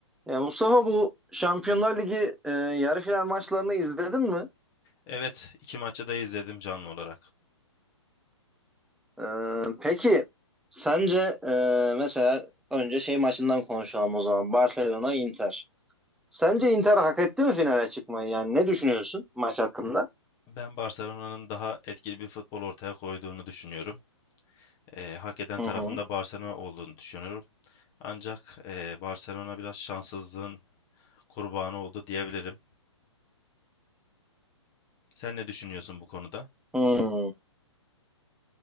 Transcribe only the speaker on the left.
Evet, iki maçı da izledim canlı olarak.
Ben Barcelona'nın daha etkili bir futbol ortaya koyduğunu düşünüyorum. Eee, hak eden
tarafında
Barcelona olduğunu düşünüyorum. Ancak eee, Barcelona biraz şanssızlığın kurbanı oldu diyebilirim. Sen ne düşünüyorsun bu konuda?